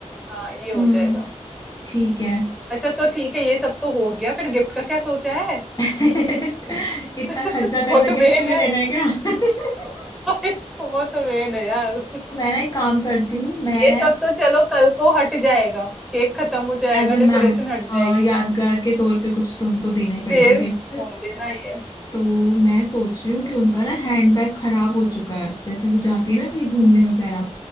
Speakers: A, in the centre; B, on the left.
A: हाँ ये हो
B: हम्म
A: जाएगा
B: ठीक है
A: अच्छा तो ठीक है ये सब तो हो गया फिर गिफ्ट का क्या सोचा है
B: <laughs> इतना
A: <laughs>
B: खर्चा कर
A: वो
B: रहे
A: तो मेन
B: गिफ्ट भी
A: है
B: देना है क्या <laughs>
A: अरे, वो तो मेन है यार
B: तो मैं ना एक काम करती हूँ मैं
A: ये सब तो चलो कल को हट जाएगा केक खत्म हो जाएगा
B: एज अ मैम
A: डेकोरेशन हट
B: हाँ
A: जाएगी
B: यादगार के तौर पे कुछ तो उनको देना ही पड़ेगा
A: फिर
B: गिफ्ट
A: फोन देना ये
B: तो मैं सोच रही हूँ कि उनका ना हैंड बैग खराब हो चुका है जैसे वो जाती है ना कहीं घूमने वगैरह